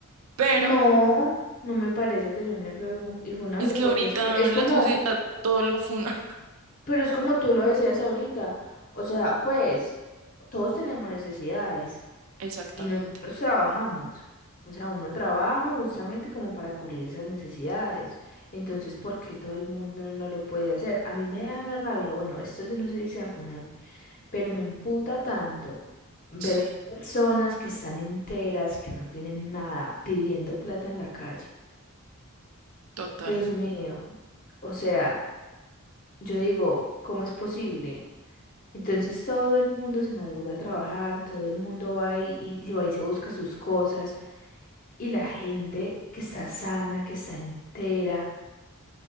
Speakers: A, on the right; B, on the left.
A: pero
B: No, no me parece que suene feo y funable
A: es que
B: porque
A: ahorita
B: es que es
A: la
B: como,
A: sociedad todo lo funa.
B: pero es como tú lo decías ahorita, o sea, pues todos tenemos necesidades
A: <laughs> Exactamente.
B: y nosotros trabajamos, o sea, uno trabaja justamente como para cubrir esas necesidades, entonces, ¿por qué todo el mundo no lo puede hacer? A mí me da una rabia, bueno, esto yo no sé si sea funable, pero me emputa tanto ver
A: Sí,
B: personas que están enteras, que no tienen nada, pidiendo plata en la calle.
A: total.
B: Dios mío, o sea, yo digo, ¿cómo es posible? Entonces todo el mundo se madruga a trabajar, todo el mundo va y, y se va y se busca sus cosas, y la gente que está sana, que está entera,